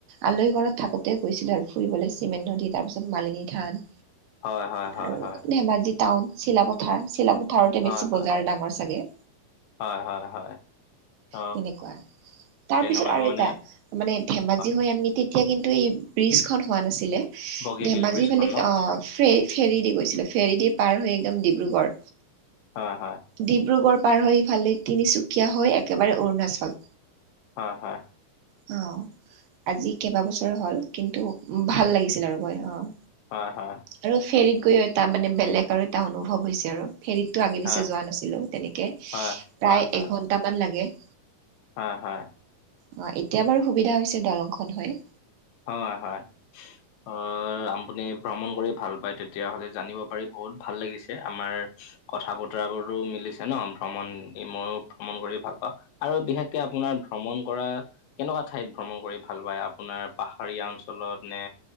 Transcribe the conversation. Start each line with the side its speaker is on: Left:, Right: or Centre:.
Right: আলহী ঘৰত থাকোঁতে গৈছিলে আৰু ফুৰিবলৈ চিমেণ্ট নদী তাৰপিছত মালিনী থান
Left: হয় হয়
Right: আৰু
Left: হয় হয়
Right: ধেমাজিত টাউন চিলাপথাৰ চিলাপথাৰতে
Left: হয়
Right: বেছি
Left: হয়
Right: বজাৰ ডাঙৰ চাগে
Left: হয়, হয়, হয় ত
Right: তেনেকুৱা তাৰ
Left: তেনেকুৱা
Right: পিছত আৰু
Left: মানে
Right: এটা মানে ধেমাজি
Left: হয়
Right: হৈ আননি তেতিয়া কিন্তু এই ব্ৰিজ খন হোৱা নাছিলে
Left: বগীবিল
Right: ধেমাজি
Left: ব্ৰিজখন
Right: ফালে
Left: ন
Right: অ', ফ্ৰে ফেৰী দি গৈছিলোঁ ফেৰী দি পাৰ হৈ একদম ডিব্ৰুগড়।
Left: হয়, হয়।
Right: ডিব্ৰুগড় পাৰ হৈ ইফালে তিনিচুকীয়া হৈ একেবাৰে অৰুণাচল।
Left: হয়, হয়।
Right: অ'। আজি কেইবা বছৰ হ'ল কিন্তু ভাল লাগিছিল আৰু গৈ অ'।
Left: হয়, হয়।
Right: আৰু ফেৰীত গৈ এটা মানে বেলেগ আৰু এটা অনুভৱ হৈছে আৰু ফেৰীত তো আগে
Left: হয়
Right: পিছে যোৱা নাছিলোঁ তেনেকে প্ৰায়
Left: হয় হয় হয়
Right: একঘন্টা মান লাগিল।
Left: হয়, হয়।
Right: অ', এতিয়া বাৰু সুবিধা হৈছে দলংখন হয়।
Left: হয়, হয়। আহ আপুনি ভ্ৰমণ কৰি ভাল পায় তেতিয়া হ'লে জানিব পাৰি বহুত ভাল লাগিছে আমাৰ কথা বতৰাবোৰো মিলিছে ন ভ্ৰমণ মইও ভ্ৰমণ কৰি ভাল পাওঁ। আৰু বিশেষকে আপোনাৰ ভ্ৰমণ কৰা কেনেকুৱা ঠাইত ভ্ৰমণ কৰি ভাল পায় আপোনাৰ। পাহাৰীয়া অঞ্চলত নে